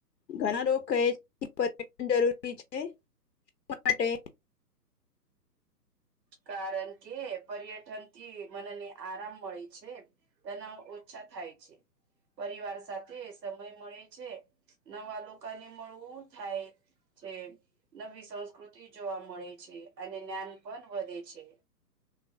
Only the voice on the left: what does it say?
ઘણા રગ કહે છે પર્યટન જરૂરી છે, શ માટે